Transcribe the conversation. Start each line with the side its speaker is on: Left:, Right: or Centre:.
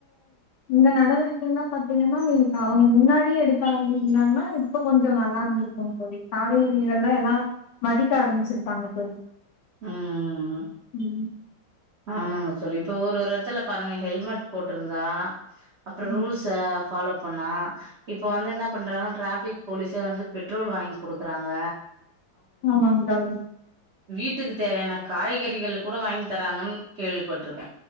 Left: இந்த நடவடிக்கையெல்லா பாத்தீங்கன்னா நீ அவங்க முன்னாடியே எடுக்க ஆரம்பச்சிருந்தாங்கன்னா இப்ப கொஞ்சம் நல்லா இருந்துருக்கும்ங்க தோழி காய்கறிகள் எல்லாம் எல்லாம் மதிக்க ஆரம்பிச்சிருப்பாங்க தோழி
Right: ம்
Left: ம்
Right: ஆமாங்க தோழி இப்ப ஒரு ஒரு இடத்துல பாருங்க ஹெல்மெட் போட்ருந்தா அப்புற
Left: ம்.
Right: ரூல்ஸ ஃபாலோ பண்ணா இப்ப வந்து என்னா பண்றா ட்ராஃபிக் போலீஸே வந்து பெட்ரோல் வாங்கி குடுக்குறாங்க
Left: ஆமாங் தோழி
Right: வீட்டுக்குத் தேவையான காய்கறிகள கூட வாங்கி தராங்கன் கேள்விப்பட்டுருக்க